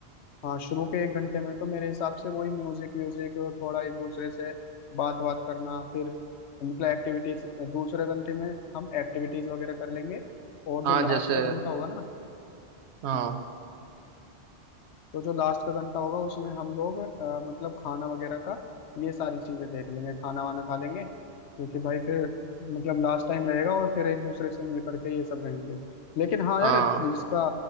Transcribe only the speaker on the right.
हाँ,
जैसे
हाँ
हाँ